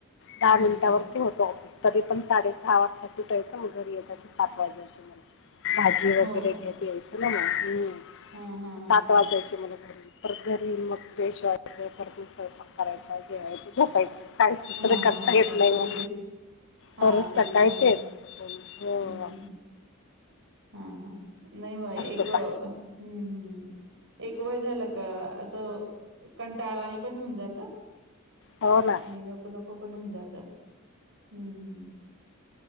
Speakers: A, on the left; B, on the right.
A: दहा
B: हा
A: मिनिटावरती
B: मग
A: होत ऑफिस तरी पण साडे सहा वाजता सुटायचं मग घरी येत सात वाज्याची मला. भाजी वगैरे
B: हो का
A: घेत यायचं ना मग
B: हा हा हा
A: वाज जायची मला घर परत घरी मग फ्रेश व्हायच परत म स्वपाक करायचा जेवायच झोपायच काहीचसर
B: हा
A: करता
B: हा
A: येत
B: तेच
A: नाही
B: रोटी हा
A: पर
B: ते
A: सकाळी
B: पण आहे
A: तेच होभूळा
B: हम्म हम्म हा हा नाही म एक
A: होता
B: हम्म हम्म एक वय झालं का असं कंटाळवाणी पण होऊन जात
A: हो ना
B: आणि नको नको पण होऊन जात हम्म हम्म